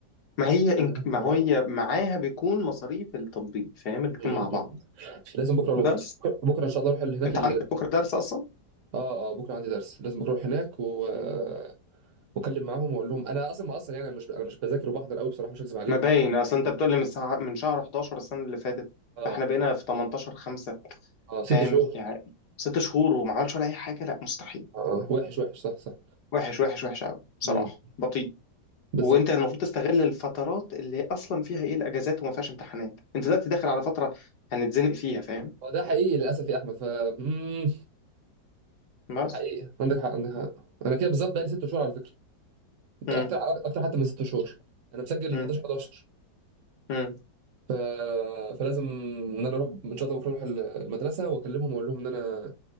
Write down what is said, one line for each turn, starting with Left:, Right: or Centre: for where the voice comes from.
Left: ما هي إنك...
Right: آه.
Left: ما
Right: آه،
Left: هي معاها بيكون مصاريف التطبيق فاهم الاتنين
Right: م-
Left: مع بعض
Right: م. لازم بكره اروح
Left: بس
Right: بكره ان شاء الله اروح ال- هناك
Left: انت
Right: ال...
Left: عندك بكره درس اصلا
Right: اه اه بكره عندي درس لازم بكره اروح هناك و
Left: مم.
Right: آه، واكلم معاهم واقول لهم انا اصلا ما اصلا يعني انا مش انا مش بذاكر وبحضر قوي بصراحه مش هكذب عليك
Left: ما باين
Right: ف
Left: اصل انت بتقول لي من ساعة... من شهر 11 السنه اللي فاتت
Right: اه
Left: احنا بقينا في 18 5
Right: اه ست
Left: فاهم
Right: شهور
Left: يعني ست شهور وما عملش ولا اي حاجه لا مستحيل
Right: اه آه. وحش وحش صح
Left: وحش وحش وحش قوي بصراحه
Right: صح
Left: بطيء
Right: بالظبط
Left: وانت
Right: بالظبط.
Left: المفروض تستغل الفترات اللي اصلا فيها ايه الاجازات وما فيهاش امتحانات انت دلوقتي داخل على فتره هنتزنق فيها فاهم
Right: هو ده حقيقي للاسف يا احمد ف مم،
Left: بس
Right: ده حقيقي عندك حق عندك حق انا كده بالظبط بقالي ست شهور على فكره
Left: امم
Right: اكتر اكتر حتى من ست شهور انا مسجل
Left: امم
Right: 11 11
Left: امم
Right: ف... فلازم ان انا اروح ان شاء الله بكره اروح المدرسه واكلمهم واقول لهم ان انا